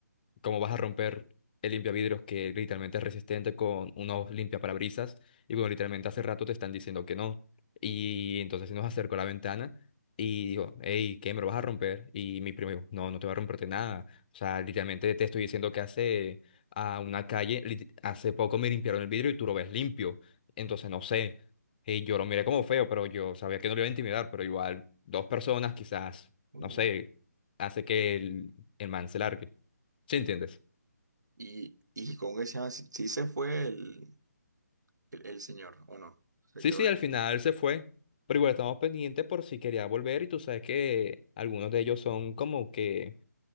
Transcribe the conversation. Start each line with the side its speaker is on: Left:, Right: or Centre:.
Left: cómo vas a romper el limpiavidrios que literalmente es resistente con unos limpiaparabrisas y bueno, literalmente hace rato te están diciendo que no. Y entonces se nos acercó a la ventana y dijo, hey, ¿qué me lo vas a romper? Y mi primo dijo, no, no te va a romperte nada. O sea, literalmente te estoy diciendo que hace a una calle, lit- hace poco me limpiaron el vidrio y tú lo ves limpio. Entonces no sé. Y yo lo miré como feo, pero yo sabía que no lo iba a intimidar, pero igual dos personas quizás,
Right: Mm,
Left: no sé, hace que el, el man se largue. ¿Sí entiendes?
Right: Y, y con ese, ah, sí, sí se fue el, el, el señor, ¿o no? Se
Left: Sí,
Right: quedó
Left: sí,
Right: ahí.
Left: al final se fue, pero igual estamos pendientes por si quería volver y tú sabes que algunos de ellos son como que